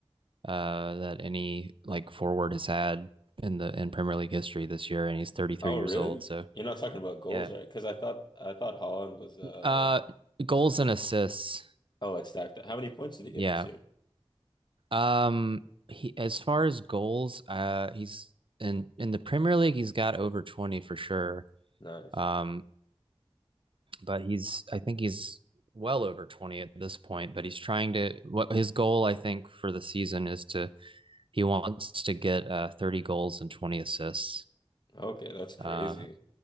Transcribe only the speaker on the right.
uh that any like forward has had in the in Premier League history this year, and he's 33
years
old. So.
Yeah,
Uh, goals and assists.
Yeah.
Um, he as far as goals, uh, he's in in the Premier League. He's got over twenty for sure.
Um, but he's I think he's well over twenty at this point. But he's trying to. What his goal I think for the season is to he wants to get uh thirty goals and twenty assists.
Uh,